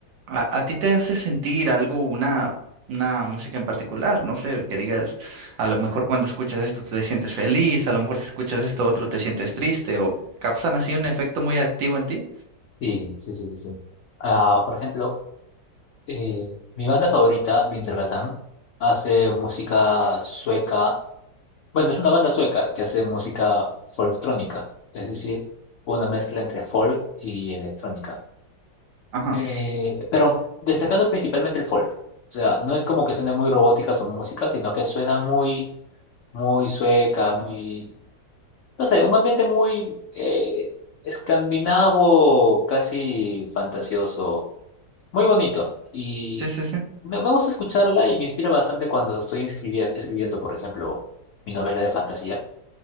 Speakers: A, on the right; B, on the left.
A: a, a ti te hace sentir algo, una, una música en particular, no sé, que digas, a lo mejor cuando escuchas esto te sientes feliz, a lo mejor si escuchas esto otro te sientes triste, o causan así un efecto muy activo en ti.
B: Sí, sí, sí, sí, sí. Ah, por ejemplo, eh, mi banda favorita, Wintergatan, hace música sueca Bueno, es una banda sueca que hace música folktrónica, es decir, una mezcla entre folk y electrónica.
A: Ajá,
B: Eh, pero destacando principalmente el folk. O sea, no es como que suene muy robótica su música, sino que suena muy, muy sueca, muy, no sé, un ambiente muy eh, escandinavo, casi fantasioso, muy bonito. Y
A: sí, sí, sí,
B: me, me gusta escucharla y me inspira bastante cuando estoy escribiendo, escribiendo, por ejemplo, mi novela de fantasía.